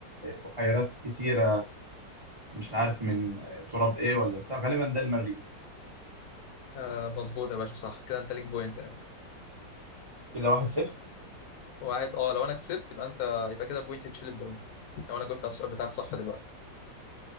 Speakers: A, on the right; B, on the left.
A: بحيرات كتيرة مش عارف من تراب ايه ولا بتاع غالبا ده المريخ
B: آه مظبوط يا باشا صح كده انت ليك بوينت
A: كده واحد صفر
B: واحد اه لو انا كسبت يبقى انت يبقى كده بوينت تشيل البوينت لو انا جبت على السؤال بتاعك صح دلوقتي